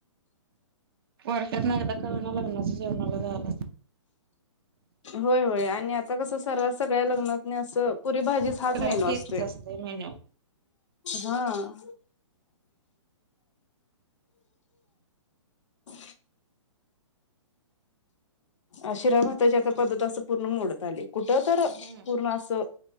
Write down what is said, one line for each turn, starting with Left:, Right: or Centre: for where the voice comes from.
Right: वर्षातन एकदा का व्हईना, लग्नाच्या जेवणाला जायला
Left: व्हय व्हय आणि आता कस? सरास सगळ्या लग्नातनी आसं पुरी भाजीच हाच
Right: सगळ्यात
Left: मेनू असतोय.
Right: तेच असते मेन्यू
Left: हां. <inaudible> आ शिरा भाताची आता पद्धत अस पूर्ण मोडत आली. कुठ तर,
Right: हम्म
Left: पूर्ण असं